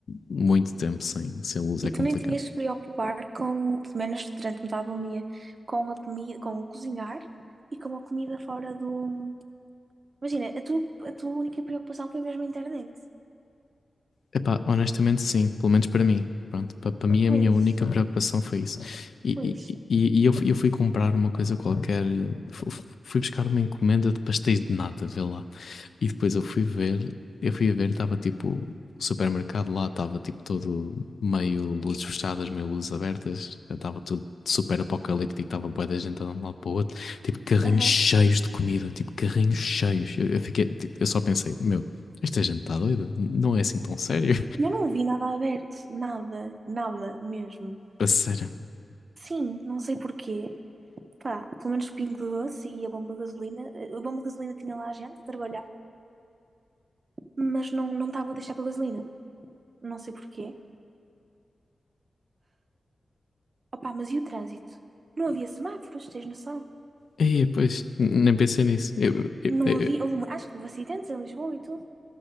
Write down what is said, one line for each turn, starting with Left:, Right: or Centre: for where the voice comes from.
Left: muito tempo sem, sem luz é
Right: E
Left: complicado.
Right: tu nem tinhas de te preocupar com, pelo menos durante metade do dia, com a comida, com o cozinhar e com a comida fora do. Imagina, a tua, a tua única preocupação foi mesmo a internet.
Left: Epá, honestamente sim, pelo menos para mim. Pronto, pa- para mim a
Right: Pois,
Left: minha única preocupação foi isso. E,
Right: pois.
Left: e, e- e eu, fui- eu fui comprar uma coisa qualquer, fu- fu- fui buscar uma encomenda de pastéis de nata, vê lá. E depois eu fui ver, eu fui a ver, estava tipo, o supermercado lá estava tipo todo meio luzes fechadas, meio luzes abertas, estava tudo super apocalíptico, estava bué da gente andando de um lado para o outro, tipo carrinhos
Right: Aham.
Left: cheios de comida, tipo carrinhos cheios. Eu, eu fiquei, tipo, eu só pensei, meu, esta gente está doida, não é assim tão sério,
Right: E Eu não vi nada aberto, nada, nada mesmo.
Left: <laughs> a sério.
Right: Sim, não sei porquê. Pá, pelo menos o Pingo Doce e a bomba de gasolina. eh, A bomba de gasolina tinha lá a gente a trabalhar. mas não, não estavam a deixar para gasolina. Não sei porquê. Opa, mas e o trânsito? Não havia semáforos, tens noção?
Left: E pois, n- nem pensei nisso. Eu, eu,
Right: Não
Left: eu,
Right: havia, houve, acho que houve acidentes em Lisboa e tudo.